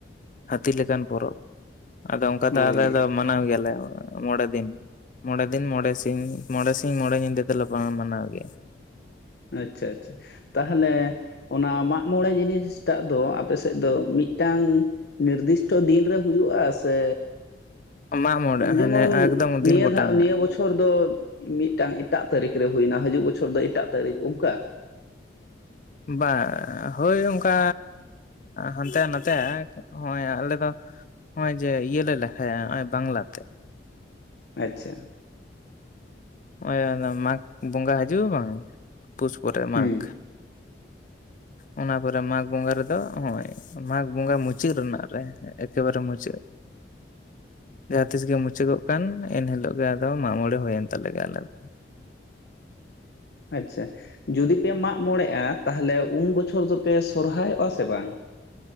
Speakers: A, on the left; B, on the left.
A: ᱦᱟᱹᱛᱤ ᱞᱮᱠᱟᱱ ᱯᱚᱨᱚᱵᱽ ᱟᱫᱚ ᱚᱱᱠᱟ
B: ᱦᱳᱭ
A: ᱫᱚ ᱟᱞᱮ ᱫᱚ ᱢᱟᱱᱟᱣ ᱜᱮᱭᱟᱞᱮ ᱢᱚᱬᱮ ᱫᱤᱱ ᱢᱚᱬᱮ ᱫᱤᱱ ᱢᱚᱬᱮ ᱥᱤᱧ ᱢᱚᱬᱮ ᱥᱤᱧ ᱢᱚᱬᱮ ᱧᱤᱫᱟᱹ <unintelligible> ᱢᱟᱱᱟᱣ ᱜᱮ
B: ᱟᱪᱪᱷᱟ ᱟᱪᱪᱷᱟ ᱛᱟᱦᱚᱞᱮ ᱚᱱᱟ ᱢᱟᱜᱢᱚᱬᱮ ᱡᱤᱱᱤᱥᱴᱟᱜ ᱫᱚ ᱟᱯᱮ ᱥᱮᱫ ᱫᱚ ᱢᱤᱫᱴᱟᱝ ᱱᱤᱨᱫᱤᱥᱴᱚ ᱫᱤᱱ ᱨᱮ ᱦᱩᱭᱩᱜᱼᱟ ᱥᱮ
A: ᱢᱟᱜ ᱢᱚᱬᱮ ᱦᱟᱱᱮ
B: ᱡᱮᱢᱚᱱ
A: ᱮᱠᱫᱚᱢ ᱫᱤᱱ
B: ᱱᱤᱭᱟᱹ
A: ᱜᱚᱴᱟ
B: ᱫᱷᱟᱣ
A: ᱢᱮᱱᱟᱜᱼᱟ
B: ᱱᱤᱭᱟᱹ ᱵᱚᱪᱷᱚᱨ ᱵᱚᱪᱷᱚᱨ ᱫᱚ ᱢᱤᱫᱴᱟᱝ ᱮᱴᱟᱜ ᱛᱟᱹᱨᱤᱠᱷ ᱨᱮ ᱦᱩᱭᱱᱟ ᱦᱤᱡᱩᱜ ᱵᱚᱪᱷᱚᱨ ᱫᱚ ᱮᱴᱟᱜ ᱛᱟᱹᱨᱤᱠᱷ ᱚᱱᱠᱟ
A: ᱵᱟ ᱦᱳᱭ ᱚᱱᱠᱟᱻ ᱦᱟᱱᱛᱮ ᱱᱟᱛᱮᱜᱼᱟ ᱱᱚᱜᱼᱚᱭ ᱟᱞᱮ ᱫᱚ ᱱᱚᱜᱼᱚᱭ ᱡᱮ ᱤᱭᱟᱹ ᱞᱮ ᱞᱮᱠᱷᱟᱭᱟ ᱱᱚᱜᱼᱚᱭ ᱵᱟᱝᱞᱟᱛᱮ
B: ᱟᱪᱪᱷᱟ
A: ᱱᱚᱜᱼᱚᱭ ᱚᱱᱟ ᱢᱟᱜᱽ ᱵᱚᱸᱜᱟ ᱦᱤᱡᱩᱜᱼᱟ ᱵᱟᱝ ᱯᱩᱥ ᱯᱚᱨᱮ
B: ᱦᱩᱸ
A: ᱢᱟᱜᱽ
B: <inaudible>
A: ᱚᱱᱟ ᱯᱚᱨᱮ ᱢᱟᱜᱽ ᱵᱚᱸᱜᱟ ᱨᱮᱫᱚ ᱱᱚᱜᱼᱚᱭ ᱢᱟᱜᱽ ᱵᱚᱸᱜᱟ ᱢᱩᱪᱟᱹᱫ ᱨᱮᱱᱟᱜ ᱨᱮ ᱮᱠᱮᱵᱟᱨᱮ ᱢᱩᱪᱟᱹᱫ
B: <inaudible>
A: ᱡᱟᱦᱟᱸ ᱛᱤᱥ ᱜᱮ ᱢᱩᱪᱟᱹᱫᱚᱜ ᱠᱟᱱ ᱮᱱ ᱦᱤᱞᱳᱜ ᱜᱮ ᱟᱫᱚ ᱢᱟᱜ ᱢᱬᱮ ᱦᱩᱭᱮᱱ ᱛᱟᱞᱮ ᱜᱮ ᱟᱞᱮ ᱫᱚ
B: ᱟᱪᱪᱷᱟ ᱡᱩᱫᱤ ᱯᱮ ᱢᱟᱜ ᱢᱚᱬᱮᱜᱼᱟ ᱛᱟᱦᱚᱞᱮ ᱩᱱ ᱵᱚᱪᱷᱚᱨ ᱫᱚᱯᱮ ᱥᱚᱨᱦᱚᱨᱟᱭᱚᱜᱼᱟ ᱥᱮ ᱵᱟᱝ?